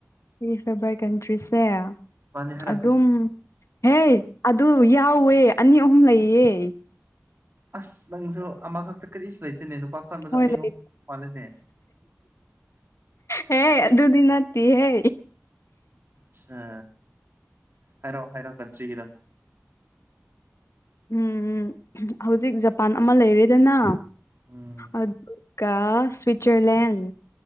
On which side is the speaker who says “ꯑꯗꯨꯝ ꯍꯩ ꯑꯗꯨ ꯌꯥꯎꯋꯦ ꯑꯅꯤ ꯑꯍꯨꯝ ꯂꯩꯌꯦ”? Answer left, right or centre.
Left